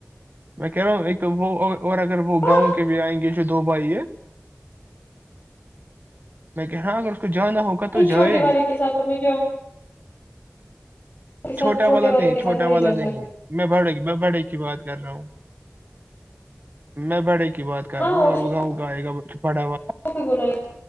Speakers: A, on the right; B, on the left.
A: میں کہہ رہا ہوں ایک تو وہ اور اگر
B: ہاں
A: وہ گاؤں کے بھی آئیں گے دو بائی یہ میں کہ رہا اگر اس کو جانا ہوگا
B: نہیں
A: تو
B: چھوٹے
A: جائے
B: والے کے ساتھوں میں جو کے ساتھ
A: چھوٹا
B: چھوٹے
A: والا
B: والے
A: نہیں
B: کے ساتھ
A: چھوٹا
B: میں
A: والا
B: جا
A: نہیں میں بڑ گ میں بڑے کی بات کر رہا ہوں میں بڑے بات کر
B: ہاں
A: رہا ہوں اگر
B: اس
A: اگا اگاائےئے گ پڑوا
B: کو بھی بولا